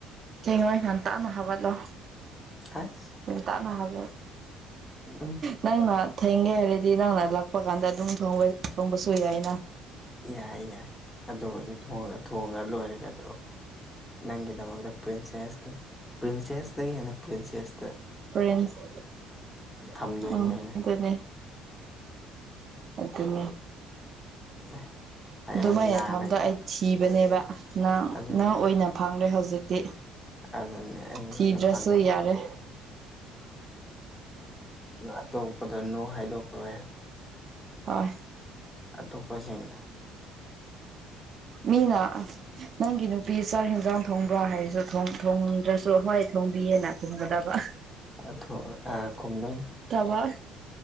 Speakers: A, on the right; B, on the left.
A: ꯊꯦꯡꯉꯣꯢ ꯉꯟꯇꯥꯅ ꯍꯧꯒꯠꯂꯣ
B: ꯑꯁ
A: ꯉꯥꯟꯇꯥꯅ ꯍꯧꯒꯠ
B: ꯎꯝ
A: ꯅꯪꯅ ꯊꯦꯡꯒꯦ ꯍꯥꯏꯔꯗꯤ ꯅꯪꯅ ꯂꯥꯛꯄ ꯀꯥꯟꯗ ꯑꯗꯨꯝ ꯊꯣꯡ ꯊꯣꯡꯕꯁꯨ ꯌꯥꯏꯅ
B: ꯌꯥꯏ - ꯌꯥꯏ ꯑꯗꯨꯕꯨꯗꯤ ꯊꯣꯉ ꯂꯣꯏꯔꯦ ꯀꯗꯧꯔꯒꯦ ꯅꯪꯒꯤꯗꯃꯛꯇ ꯄ꯭ꯔꯤꯟꯁꯦꯁ ꯀꯤ ꯄ꯭ꯔꯤꯟꯁ ꯁꯦꯁꯇꯒꯤ ꯍꯦꯟꯅ ꯄ꯭ꯔꯤꯟꯁꯦꯁꯇ
A: ꯄ꯭ꯔꯤꯟꯁ
B: ꯊꯝꯗꯣꯏꯅꯤ
A: ꯑꯥ
B: ꯑꯩꯅ
A: ꯑꯗꯨꯅꯦ ꯑꯗꯨꯅꯦ
B: <unintelligible>
A: ꯑꯗꯨꯃꯥꯏꯅ
B: ꯅꯥꯔꯒ
A: ꯊꯝꯕꯗꯣ ꯑꯩ ꯊꯤꯕꯅꯦꯕ ꯅꯪ
B: ꯑꯗꯨꯅꯦ
A: ꯅꯪ ꯑꯣꯏꯅ ꯐꯪꯂꯦ ꯍꯧꯖꯤꯛꯇꯤ
B: ꯑꯗꯨꯅꯦ ꯑꯩ
A: ꯊꯤꯗ꯭ꯔꯁꯨ
B: ꯑꯣꯏꯅ ꯐꯪꯉꯕ
A: ꯌꯥꯔꯦ
B: ꯑꯇꯣꯞꯄꯗꯣ ꯅꯣ ꯍꯥꯏꯗꯣꯛꯈ꯭ꯔꯣ ꯌꯥꯔꯦ
A: ꯑꯥ
B: ꯑꯇꯣꯞꯄꯁꯤꯡꯗꯨ
A: ꯃꯤꯅ ꯅꯪꯒꯤ ꯅꯨꯄꯤ ꯆꯥꯛ ꯍꯟꯖꯥꯡ ꯊꯣꯡꯕ꯭ꯔꯥ ꯍꯥꯏꯔꯁꯨ ꯊꯣꯡꯗ꯭ꯔꯁꯨ ꯍꯣꯏ ꯊꯣꯡꯕꯤꯌꯦꯅ ꯈꯨꯝꯒꯗꯕ
B: ꯑꯊꯣ ꯑ ꯈꯨꯝꯗꯣꯏ
A: ꯊꯕꯛ